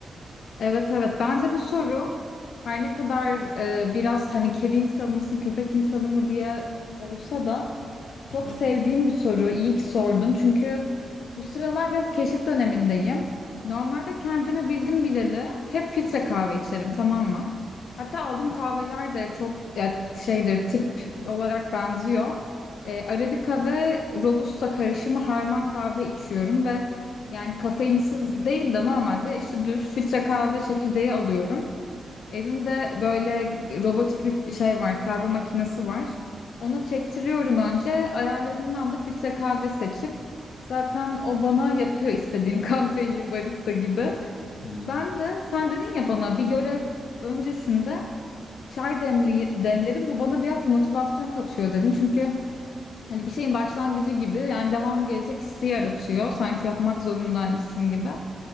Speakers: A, on the left; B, on the left.
A: Evet evet bence bu soru her ne kadar e, biraz hani kedi insanı mısın köpek insanı mı diye olsa da çok
B: Aha.
A: sevdiğim bir soru. İyi ki sordun çünkü bu sıralar biraz keşif dönemindeyim. Normalde kendimi bildim bileli hep filtre kahve içerim tamam mı? Hatta aldığım kahveler de çok ya, şeydir tip olarak benziyor. E, Arabika ve Robusta karışımı harman kahve içiyorum ve yani kafeinsiz değil de normalde işte düz filtre kahve çekirdeği alıyorum. Evimde böyle robotik bir şey var, kahve makinesi var. Ona çektiriyorum önce. Ayarlarından da filtre kahve seçip zaten o bana yapıyor istediğim <laughs> kahveyi barista gibi.
B: Hı hı.
A: Ben de sen dedin ya bana bir görev öncesinde çay demli, demlerim bu bana biraz motivasyon katıyor dedin. Çünkü hani bir şeyin başlangıcı gibi yani devam gelecek hissi yaratıyor. Sanki yapmak zorundaymışsın gibi.